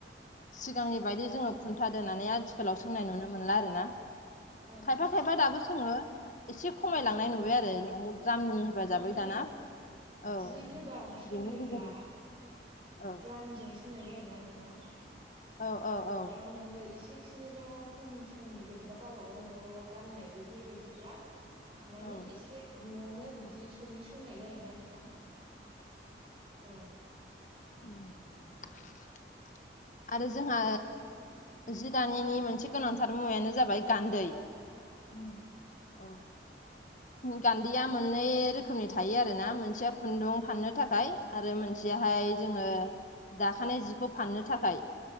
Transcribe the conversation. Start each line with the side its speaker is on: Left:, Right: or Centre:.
Left: सिगांनि बायदि जोङो खुन्थादोननानै आथिखाल लाव सोंनाय नुनो मोनला आरो ना
Right: औ
Left: खायफा
Right: औ
Left: खायफा दाबो सोङो एसे खमायलांनाय
Right: उम
Left: नुबाय आरो माने द्रामनि हेफाजाबै
Right: माने
Left: दाना औ
Right: जि गोबां सोङोब्ला
Left: बेनि गेजेरजों औ
Right: द्रामजों सोंनाय जायोना नोंथां
Left: औ औ औ
Right: दा नोङो एसे खिनिल' खम समनि जेनेबा गावबागाव न'आवल' गाननाय बेफोरबायदिब्ला माने
Left: औ
Right: एसे न'आवनो बिदि सों सोंनाय जायोना नोंथां औ
Left: औ आरो जोंहा जि दानिनि मोनसे गोनांथार मुवायानो जाबाय गान्दै
Right: उम
Left: औ गान्दैया मोननै रोखोमनि थायो आरो ना मोनसेया खुन्दुं फाननो थाखाय आरो मोनसेयाहाय
Right: उम
Left: जोङो दाखानाय जिखौ फाननो थाखाय